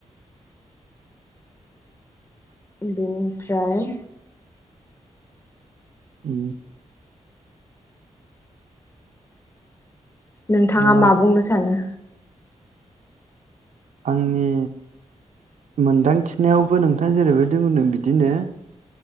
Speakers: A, on the left; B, on the right.
A: बेनिफ्राय
B: ए
A: नोंथाङा
B: दा
A: मा बुंनो सानो
B: आंनि मोनदांथिनायावबो नोंथाङा जेरैबायदि बुंदों बिदिनो